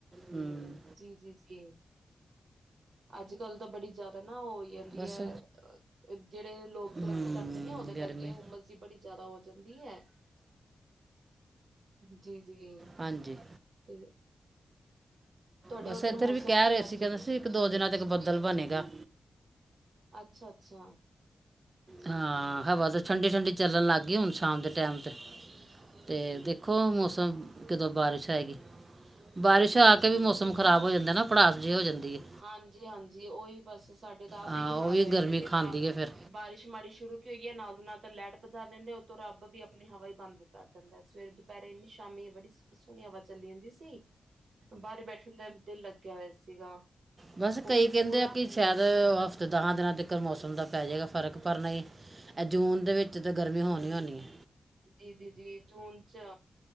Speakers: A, on the right; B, on the right.
A: ਹਮਮ।
B: ਜੀ ਜੀ ਜੀ, ਅੱਜ ਕੱਲ ਤਾਂ ਬੜੀ ਜ਼ਿਆਦਾ ਨਾ ਉਹ ਇੱ ਜਾਂਦੀ
A: ਬਸ
B: ਹੈ, ਜਿਹੜੇ ਲੋਕ ਦਰਖਤ
A: ਹੂੰ
B: ਕੱਟਦੇ ਨੇ ਉਹਦੇ
A: ਗਰਮੀ
B: ਕਰਕੇ ਹੁੰਮਸ ਜੀ ਬੜੀ ਜ਼ਿਆਦਾ ਹੋ ਜਾਂਦੀ ਹੈ, ਜੀ ਜੀ
A: ਹਾਂਜੀ
B: ਤੇ ਤੁਹਾਡੇ
A: ਬਸ
B: ਉੱਧਰ
A: ਇੱਥਰ
B: ਮੌਸਮ
A: ਵੀ ਕਹਿ ਰਹੇ
B: ਅੱਜ
A: ਸੀ ਕਹਿੰਦੇ ਸੀ ਇੱਕ ਦੋ-ਦਿਨਾਂ ਤੱਕ ਬੱਦਲ ਬਣੇਗਾ।
B: ਅੱਛਾ-ਅੱਛਾ
A: ਹਾਂ ਹਵਾ ਤਾਂ ਠੰਡੀ-ਠੰਡੀ ਚੱਲਣ ਲੱਗ ਗਈ ਹੁਣ ਸ਼ਾਮ ਦੇ ਟਾਈਮ ਤੇ, ਤੇ ਦੇਖੋ ਮੌਸਮ ਕਦੋਂ ਬਾਰਿਸ਼ ਆਏਗੀ। ਬਾਰਿਸ਼
B: ਅੱਛਾ
A: ਆ
B: ਅੱਛਾ
A: ਕੇ ਵੀ ਮੌਸਮ ਖ਼ਰਾਬ ਹੋ ਜਾਂਦਾ ਨਾ ਭੜਾਸ ਜੀ ਹੋ ਜਾਂਦੀ। ਹੈ
B: ਹਾਂਜੀ-ਹਾਂਜੀ ਉਹੀ ਬਸ ਸਾਡੇ ਤਾਂ ਆਪ
A: ਹਾਂ
B: ਇਹੀ ਹਾਲ
A: ਉਹ ਵੀ
B: ਹੋਇਆ
A: ਗਰਮੀ
B: ਗਾ ਕੇ
A: ਖਾਂਦੀ
B: ਪਾ
A: ਹੈ ਫਿਰ
B: ਬਾਰਿਸ਼ ਮਾੜੀ ਸ਼ੁਰੂ ਕਿਉਂਕਿ ਇਹ ਨਾਲ ਦੀ ਨਾਲ ਤਾਂ ਲਾਈਟ ਭਜਾ ਦਿੰਦੇ ਆ ਉਤੋਂ ਰੱਬ ਵੀ ਆਪਣੀ ਹਵਾ ਈ ਬੰਦ ਕਰ ਦਿੰਦਾ। ਸਵੇਰੇ-ਦੁਪਹਿਰੇ ਇੰਨੀ, ਸ਼ਾਮੀ ਬੜੀ ਸੋ ਸੋਹਣੀ ਹਵਾ ਚੱਲੀ ਜਾਂਦੀ ਸੀ। <unintelligible> ਬਾਹਰ ਬੈਠੇ <unintelligible> ਦਿਲ ਲੱਗਿਆ ਹੋਇਆ ਸੀਗਾ।
A: ਬਸ
B: ਹੁਣ
A: ਕਈ
B: ਵੀ
A: ਕਹਿੰਦੇ
B: ਪੂਰਾ
A: ਆ ਕਿ ਸ਼ਾਇਦ ਹਫ਼ਤੇ-ਦਹਾਂ ਦਿਨਾਂ ਤੱਕ ਮੌਸਮ ਦਾ ਪੈ ਜਾਏਗਾ ਫਰਕ ਪਰ ਨਹੀਂ ਆਹ ਜੂਨ ਦੇ ਵਿੱਚ ਤਾਂ ਗਰਮੀ ਹੋਣੀ ਓ ਹੋਣੀ ਹੈ।
B: ਜੀ-ਜੀ, ਜੀ ਜੂਨ ਚ